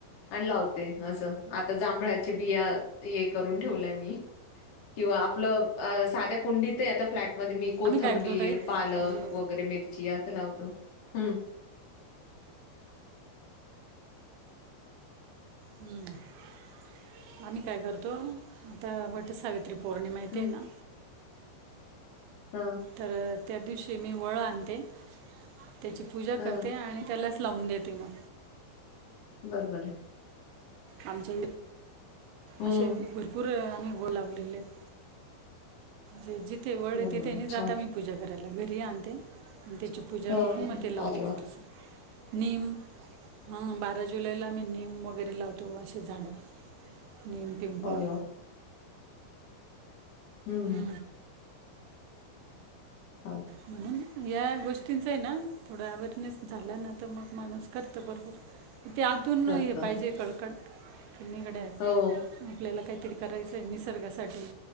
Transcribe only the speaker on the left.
आणि लावते अस आता जांभळाची बिया हे करून ठेवलंय मी किंवा आपलं साध्या कुंडीत ते आता फ्लॅट मध्ये मी कोथंबीर
पालक
वगैरे मिरची असं लावतो् हम्म
हं.
हा.
हां.
बरं बरोबर हाय
हं.
बरोबर
छान.
हां.
अरे वाह!
अरे वाह! हम्म.
छान.
करतो.
हो.